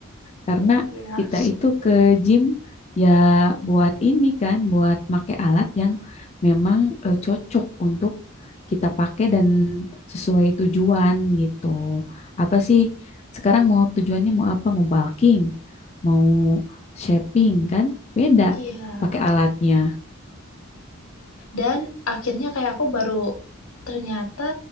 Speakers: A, on the left (about 30°); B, on the left (about 80°).
A: Karena
B: ya.
A: kita itu ke gym ya buat ini kan, buat make alat yang memang eh, cocok untuk kita pakai dan sesuai tujuan gitu. Apa sih sekarang mau tujuannya mau apa? Mau bulking, mau shaping kan? Beda
B: Iya.
A: pakai alatnya.
B: Dan akhirnya kayak aku baru ternyata